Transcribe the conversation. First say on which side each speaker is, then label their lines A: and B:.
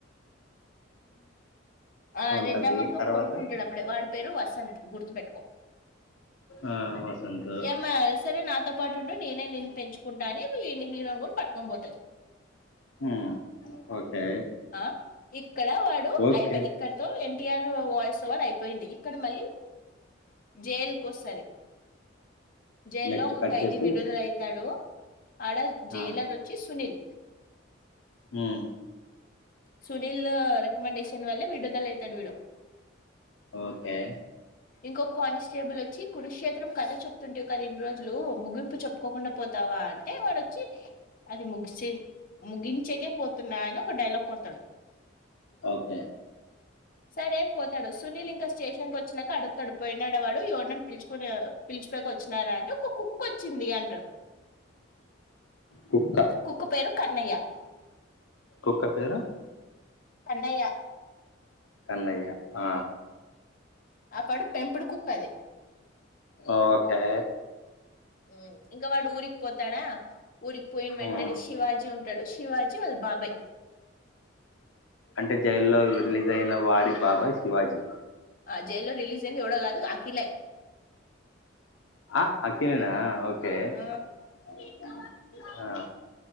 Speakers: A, on the left; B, on the left.
A: ఆ
B: ఉంటది
A: రెడ్డమ్మకి ఒక
B: తర్వాత
A: కొడుకు ఉంటాడప్పుడే వాడి పేరు వసంత్ గుర్తుపెట్టుకో
B: ఆ వసంతు
A: యేమ్మ సరే నాతో పాటు ఉంటే నేనే నిన్ను పెంచుకుంటా అని వీన్ని హీరోను కూడా పట్టుకొని పోతది
B: ఆ ఓకే
A: ఆ ఇక్కడ వాడు
B: ఓకే
A: అయిపాయ్ ఇక్కడితో ఎన్టీఆర్ వాయిస్ ఓవర్ అయిపోయింది ఇక్కడ మళ్ళీ జైలుకు వస్తది జైల్లో
B: నెక్స్ట్
A: ఒక
B: కట్
A: ఖైదీ
B: చేస్తే
A: విడుదల అయితాడు ఆడ జైలర్
B: ఆ
A: వచ్చి సునీల్
B: ఆ
A: సునీల్ రెకమండేషన్ వల్ల విడుదల అయితాడు వీడు
B: ఓకే
A: ఇంకొక కానిస్టేబుల్ వచ్చి కురుక్షేత్రం కథ చెప్తుంటివి కదా ఇన్ని రోజులు ముగింపు చెప్పుకోకుండా పోతావా అంటే వాడొచ్చి అది ముగిసే ముగించేకే పోతా తున్నా అని ఒక డైలాగ్ కొడతడు
B: ఓకే
A: సరే అని పోతాడు సునీల్ ఇంకా స్టేషన్ కు వచ్చినాక అడుగుతాడు పోయినాడ వాడు యెవని పిలుచుకుని పిలిచికొని వచ్చినారా అంటే ఒక కుక్క వచ్చింది అంటడు
B: కుక్క
A: కుక్కుపేరు కన్నయ్య
B: కుక్క పేరూ
A: కన్నయ్య
B: కన్నయ్య ఆ
A: ఆ పడు పెంపుడు కుక్క అది
B: ఓకే
A: ఉమ్ ఇంకా వాడు ఊరికి పోతాడా ఊరికి పోయిన వెంటనే
B: మ్
A: శివాజీ ఉంటాడు శివాజీ వాళ్ళ బాబాయ్
B: అంటే జైల్లో రిలీజ్ అయిన వాడి బాబాయ్ శివాజీ
A: ఆ జైల్లో రిలీజ్ అయింది ఎవడో గాదు అఖిలే
B: ఆ అఖిలేనా ఓకే
A: ఆ
B: హేవీ గవా ఆ